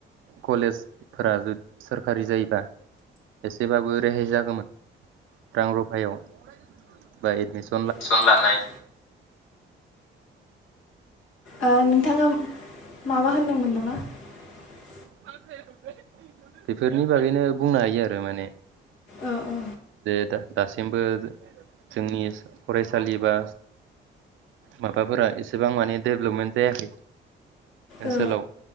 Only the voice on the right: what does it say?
कलेजफोरा सोरखारि जायोबा एसेबाबो रेहाय जागौमोन रां रुफायाव बा एदमिसन
<unintelligible> बेफोरनि बागैनो बुंनो हायो आरो माने
जे दासिमबो जोंनि फरायसालि बा माबाफोरा एसेबांमाने डेभेलपमेन्ट जायाखै ओनसोलाव